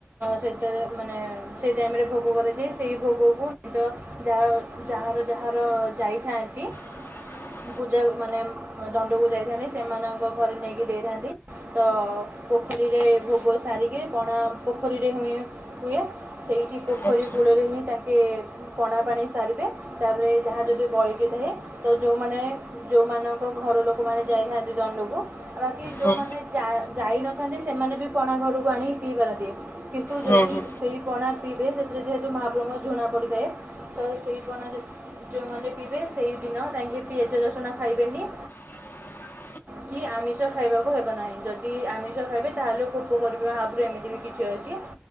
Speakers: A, on the right; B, on the left.
A: ସେତେବେଳେ ମାନେ ସେଇ ଟାଇମରେ ଭୋଗ କରାଯାଏ ସେଇ ଭୋଗକୁ ଯା ଯାର ଯାହାର ଯାଇଥାନ୍ତି
B: <inaudible>
A: ପୂଜା ମାନେ ଗକୁ ଯାଇଥାନ୍ତି, ସେମାନଙ୍କ ଘରେ ନେଇକି ଦେଇଥାନ୍ତି, ତ ପୋଖରୀରେ ଭୋଗ ସାରିକି ପଣା ପୋଖରୀରେ ହୁଏ, ହୁଏ ସେଇଠି ପୋଖରୀ
B: ଆଚ୍ଛା
A: କୁଳରେ ହିଁ ତାଙ୍କ କିଏ ପଣା ପାଣି ସାରିବେ ତାପରେ ଯାହା ଯଦି ବଳକି ଥାଏ ତ ଯେଉଁମାନେ, ଯେଉଁମାନଙ୍କ ଘର ଲୋକମାନେ ଯାଇଥାନ୍ତି ଦଣ୍ଡକୁ ବାକି ଯୋଉମାନେ
B: ହଁ
A: ଯା-ଯାଇନଥାନ୍ତି ସେମାନେ ବି ପଣା ଘରକୁ ଆଣିି ପିଇ ପାରନ୍ତି କିନ୍ତୁ ତ
B: ହଁ
A: ଯଦି
B: ହଁ
A: ସେଇ ପଣା ପିଇବେ ସେଥିରେ ଯେହେତୁ ମହାପ୍ରଭୁଙ୍କ ଝୁଣା ପଡ଼ିଥାଏ, ତ ସେଇ ପଣା ଯେ ଯୋଉମାନେ ପିିଇବେ, ସେଇଦିନ ଯାଇଁକି ପିଆଜ ରସୁଣ ଖାଇବେନି।
B: <inaudible>
A: କି ଆମିଷ ଖାଇବାକୁ ହେବ ନାହିଁ, ଯଦି ଆମିଷ ଖାଇବେ ତାହେଲେ କୋପ କରିବେ ମହ ରୁ ଏମିତି ବି କିଛି ଅଛି